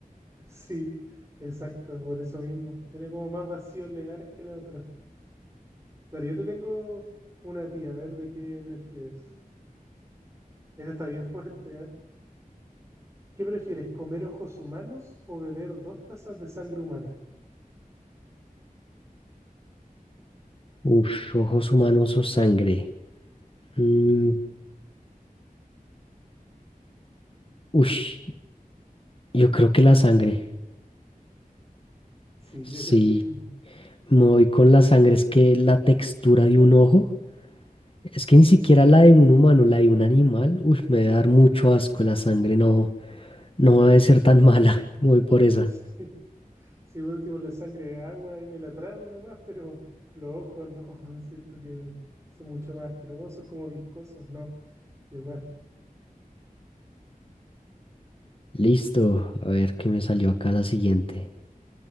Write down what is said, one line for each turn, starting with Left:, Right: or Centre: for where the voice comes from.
Right: Sí, exacto, por eso mismo. Tiene como más vacíos legales que la otra. Dale, yo te tengo una tía, a ver de qué prefieres. Esta está bien <laughs> fuerte, ¿ah? ¿Qué prefieres, comer ojos humanos o beber dos tazas de sangre humana?
Left: Ush, ojos humanos o sangre. Mm, ush, yo creo que la sangre.
Right: Sí,
Left: Sí,
Right: yo creo que... <laughs>
Left: me voy con la sangre, es que la textura de un ojo, es que ni siquiera la de un humano, la de un animal, uy, me debe dar mucho asco la sangre, no, no debe ser tan mala, <laughs> me voy por esa.
Right: Sí, sí, por último la sangre es agua y me la trago nomás, pero los ojos no, <laughs> siento que son mucho más asquerosos, como viscosos, no, igual.
Left: Listo, a ver qué me salió acá la siguiente.